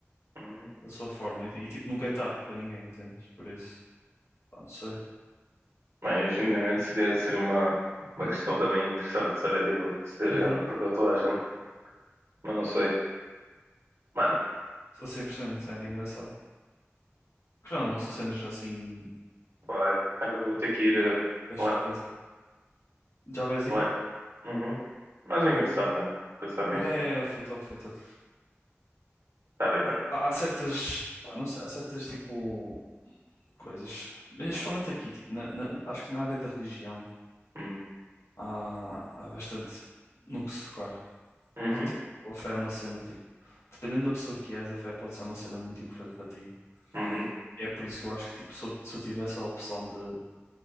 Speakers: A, on the right (about 80°); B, on the left (about 80°).
A: hum.
B: da sua forma, e, e, tipo, nunca é tarde para ninguém, entendes? Por isso, pá, não sei.
A: Mas genuinamente seria, seria uma, uma questão também interessante saber, tipo, se Deus
B: Uhum,
A: grande perdoa toda a gente, mas não sei. Mano,
B: sou 100% era engraçado. Claro, não são cenas assim,
A: claro. Agora vou ter que ir. eh,
B: deixa
A: lá-
B: de pensar. Já vais indo?
A: lá. Uhum. Mas é
B: Ok.
A: engraçado, né? Pensar nisso.
B: Yeah, yeah, yeah, foi top, foi top.
A: Tá bem, mano.
B: Há, há certas, pá, não sei, há certas tipo coisas, mas especialmente aqui, tipo, na- na- acho que na área da religião
A: Hum.
B: há, há bastante no que se tocar.
A: Uhum.
B: Tipo, a fé é uma cena, tipo, dependendo da pessoa que és, a fé pode ser uma cena muito importante para ti.
A: Uhum.
B: É por isso que eu acho que, tipo, se eu, se eu tivesse a opção de,